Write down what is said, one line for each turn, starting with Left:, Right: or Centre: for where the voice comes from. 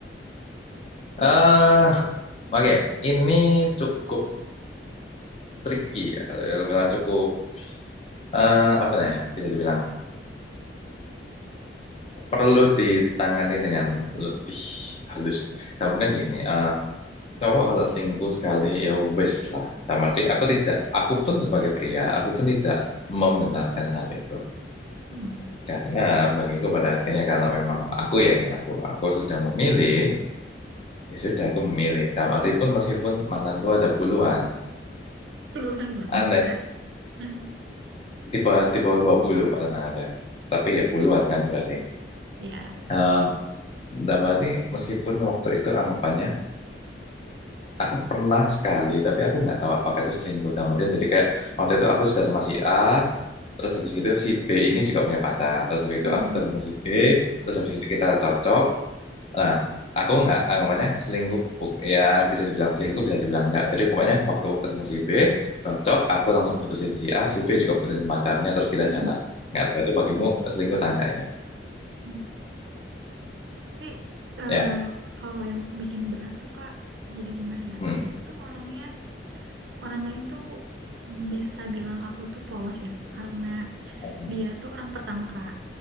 Left: eh Oke, ini cukup tricky ya. Kalau aku bilang cukup eh, apa namanya bisa dibilang perlu ditangani dengan lebih halus. Namun gini, eh cowok kalau selingkuh sekali ya wes lah. Sama arti aku tidak, aku pun sebagai pria, aku pun tidak membenarkan hal itu.
Right: Hmm,
Left: Karena bagiku pada akhirnya kalau memang aku ya, ini aku aku sudah memilih, ya sudah aku memilih. Dalam arti pun meskipun mantanku ada puluhan,
Right: keluhan banget
Left: aneh
Right: Kak. <laughs>
Left: di bawah di bawah 20 Pak tenang aja. Tapi ya puluhan kan berarti.
Right: Ya.
Left: Eh, dan berarti meskipun waktu itu anggapannya aku pernah sekali tapi aku nggak tahu apakah itu selingkuh dalam artian jadi kayak waktu itu aku sudah sama si A terus habis gitu si B ini juga punya pacar terus habis
Right: Hmm.
Left: itu aku ketemu si B
Right: Hmm.
Left: terus habis itu kita cocok nah aku nggak anggapannya selingkuh Bu- ya bisa dibilang selingkuh bisa dibilang nggak jadi pokoknya waktu aku ketemu si B cocok aku langsung putusin si A si B juga putusin pacarnya terus kita
Right: <laughs>
Left: jalan nggak tahu itu bagimu selingkuh tangga itu
Right: Hmm. Tapi eh,
Left: ya
Right: kalau yang bikin berat tuh Kak, jadi gimana ya?
Left: Hmm.
Right: Aku tuh orangnya, orang lain tuh bisa bilang aku tuh polos ya, karena
Left: oke
Right: dia tuh orang pertama Kak,